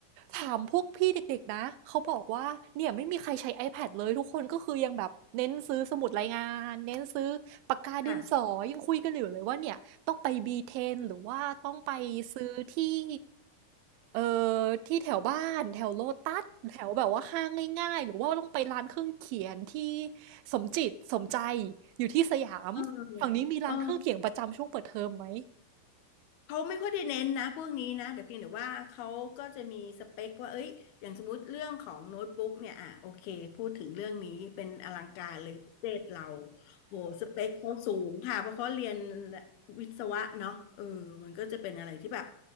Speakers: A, on the right; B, on the left.
A: ถามพวกพี่เด็กๆนะ เขาบอกว่าเนี่ยไม่มีใครใช้ iPad เลยทุกคนก็คือยังแบบเน้นซื้อสมุดรายงานเน้นซื้อปากกาดินสอยังคุยกันอยู่เลยว่าเนี่ยต้องไป
B: ค่ะ
A: B10 หรือว่าต้องไปซื้อที่เอ่อที่แถวบ้านแถวโลตัสแถวแบบว่าห้างง่ายๆหรือว่าต้องไปร้านเครื่องเขียนที่สมจิตสมใจอยู่ที่สยามฝั่งนี้มีร้านเครื่องเขียนประจำช่วงเปิดเทอมไหม
B: เออเออ เขาไม่ค่อยได้เน้นนะพวกนี้นะเดี๋ยวเพียงแต่ว่าเขาก็จะมีสเปคว่าเอ้ยอย่างสมมติเรื่องของโน้ตบุ๊กเนี่ยอ่ะโอเคพูดถึงเรื่องนี้เป็นอลังการเลยประเทศเราโหสเปคเขาสูงค่ะเพราะเขาเรียนวิศวะเนาะเออมันก็จะเป็นอะไรที่แบบ